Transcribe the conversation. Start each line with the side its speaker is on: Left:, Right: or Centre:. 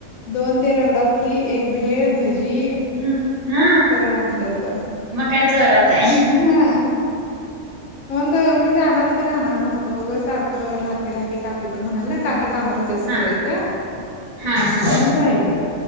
Left: दोन ते रगडापुरी एक भेळ भजी
Right: हम्म हा
Left: सगळं आणलं होतं.
Right: मग काय जोराते.
Left: हा. म्हणून तर मी जाणार होते, राहणार नव्हतो, उगच सारखं राहकी राहकी काकी पण म्हणाले ना काकी. <unintelligible> काम होत्या सोरेच्या
Right: हा हा हा
Left: म्हणून राहिली